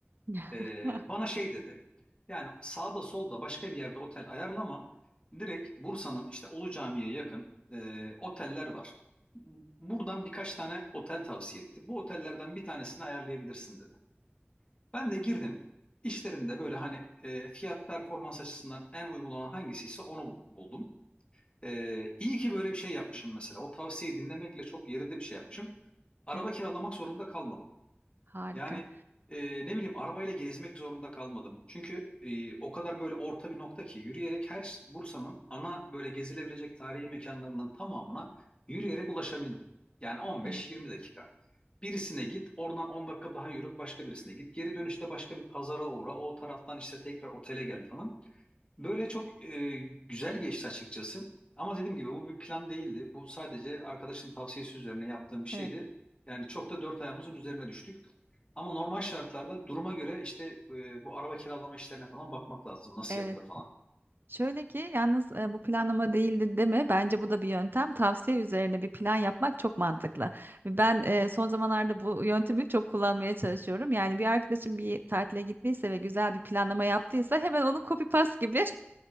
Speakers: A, on the right; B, on the left.
A: <laughs>
B: E, bana şey dedi. Yani sağda solda başka bir yerde otel ayarlamam. Direkt Bursa'nın işte Ulu Cami'ye yakın e, oteller var. Buradan birkaç tane otel tavsiye etti. Bu otellerden bir tanesini ayarlayabilirsin dedi. Ben de girdim. İşlerinde böyle hani e, fiyat performans açısından en uygun olan hangisiyse onu bu- buldum. E, iyi ki böyle bir şey yapmışım mesela. O tavsiyeyi dinlemekle çok yerinde bir şey yapmışım. Araba
A: Evet,
B: kiralamak zorunda kalmadım.
A: harika.
B: Yani e, ne bileyim arabayla gezmek zorunda kalmadım. Çünkü e, o kadar böyle orta bir nokta ki yürüyerek her ş- Bursa'nın ana böyle gezilebilecek tarihi mekanlarının tamamına yürüyerek ulaşabildim. Yani 15-20
A: Evet,
B: dakika. Birisine git, oradan 10 dakika daha yürü, başka birisine git. Geri dönüşte başka bir pazara uğra, o taraftan işte tekrar otele gel falan. Böyle çok e, güzel geçti açıkçası. Ama dediğim gibi bu bir plan değildi. Bu sadece arkadaşın tavsiyesi üzerine yaptığım bir şeydi.
A: evet.
B: Yani çok da dört ayağımızın üzerine düştük. Ama normal şartlarda duruma göre işte e, bu araba kiralama işlerine falan bakmak lazım. Nasıl
A: Evet.
B: yapılır falan.
A: Şöyle ki yalnız e, bu planlama değildi deme. Bence bu da bir yöntem. Tavsiye üzerine bir plan yapmak çok mantıklı. Ben e, son zamanlarda bu yöntemi çok kullanmaya çalışıyorum. Yani bir arkadaşım bir tatile gittiyse ve güzel bir planlama yaptıysa hemen onu copy paste gibi. <laughs>